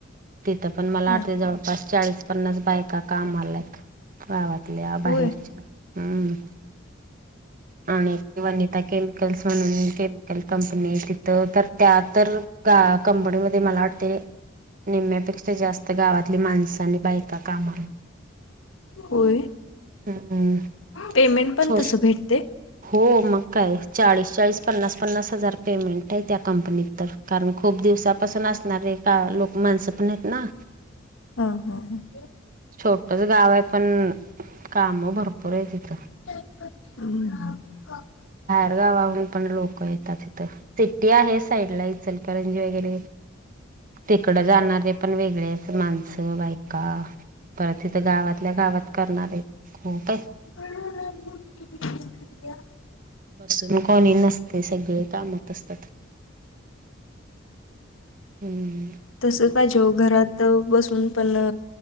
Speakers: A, on the right; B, on the left.
A: तिथं पण मला
B: हा.
A: वाटते जवळपास चाळीस पन्नास बायका कामाला आयत. गावातल्या, बाहेरच्या
B: होय
A: हम्म आणि वनिता केमिकल्स म्हणून केमिकल कंपनी आहे तिथं तर त्या तर का कंपनी मध्ये मला वाटते. निम्यापेक्षा जास्त गावातली माणस आणि बायका कामालाय
B: होय,
A: हम्म
B: पेमेंट पण
A: छो
B: तस भेटते
A: हो मग काय चाळीस चाळीस पन्नास पन्नास हजार पेमेंट आय त्या कंपनीत तर कारण खूप दिवसापासून असणारे का लोक माणसं पण आहेत ना
B: हा हा ह.
A: छोटच गाव आय पण काम भरपूर आयेत हित
B: <unintelligible> उ ह
A: अ गावाहून पण लोक येतात ईथ सिटी आहे साईडला अ इचलकरंजी वगैरे तिकडं जाणारे पण वेगळे <unintelligible> माणसं, बायका परत इथं गावातल्या गावात करणारे खूप आय
B: <unintelligible> किल्या
A: बसून कोणी नसतय सगळ कामात असतात. हम्म.
B: तसच पाहिजे ओ घरात बसून पण अ